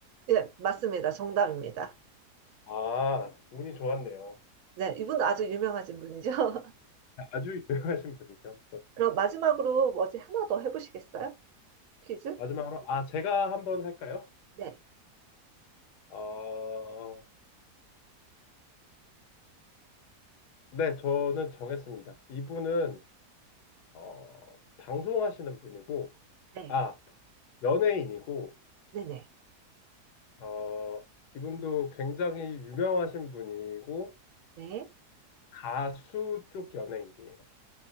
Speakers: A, on the right (about 70°); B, on the left (about 85°).
A: 네, 맞습니다. 정답입니다.
B: 아, 운이 좋았네요.
A: 네, 이분도 아주 유명하신 분이죠. <laughs>
B: 아주 유명하신 분이죠.
A: 그럼 마지막으로 뭐지 하나 더 해보시겠어요? 퀴즈?
B: 마지막으로, 아, 제가 한번 할까요?
A: 네,
B: 어, 네, 저는 정했습니다. 이분은, 어, 방송하시는 분이고,
A: 네,
B: 아, 연예인이고,
A: 네네.
B: 어, 이분도 굉장히 유명하신 분이고,
A: 네.
B: 가수 쪽 연예인이에요.